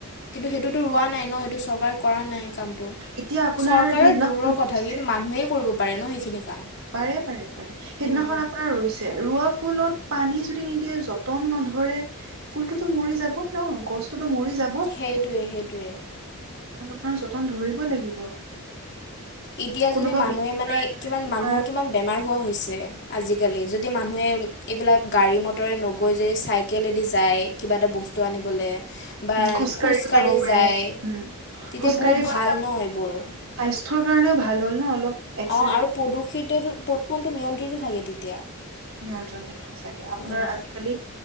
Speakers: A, on the left (about 50°); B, on the right (about 70°).
A: কিন্তু সেইটোতো ৰোৱা নাই ন সেইটো চৰকাৰে কৰা নাই কামটো।
B: এতিয়া আপোনাৰ
A: চৰকাৰৰ
B: সেইদিনাখন
A: দৌৰৰ কথা
B: ৰুইছে
A: কিন্তু মানুহেই কৰিব পাৰে ন সেইখিনি কাম।
B: পাৰে পাৰে পাৰে, সেইদিনাখন
A: উম,
B: আপোনাৰ ৰুইছে <inaudible> ৰোৱা ফুলত পানী যদি নিদিয়ে যতন নধৰে ফুল তো মৰি যাব ন গছততো মৰি যাব
A: সেইটোৱে সেইটোৱে।
B: তাক আপোনাৰ যতন ধৰিব লাগিব।
A: এতিয়া যদি
B: কোনোবা
A: মানুহে
B: মিনিষ্টাৰ
A: মানে
B: আহিলে
A: কিমান
B: তোমাৰ
A: মানুহৰ কিমান বেমাৰ হোৱা হৈছে, আজিকালি যদি মানুহে এইবিলাক গাড়ী মটৰে নগৈ যদি চাইকেলেদি যায় কিবা এটা বস্তু আনিবলৈ বা
B: উম খোজকাঢ়িও
A: খোজকাাঢ়ি
B: যাব পাৰে
A: যায়
B: উম
A: তেতিয়া
B: খোজকাঢ়ি
A: বহুত
B: গ'লে
A: ভাল ন এইবোৰ।
B: স্বাস্থ্যৰ কাৰণেও ভাল হ'ল ন অলপ এক্সৰে
A: অ', আৰু প্ৰদূষিত প্ৰদূষণটো নিয়ন্ত্ৰিত থাকে তেতিয়া।
B: নিয়ন্ত্ৰণ থাকে সঁচাকে আপোনাৰ
A: উম
B: আজিকালি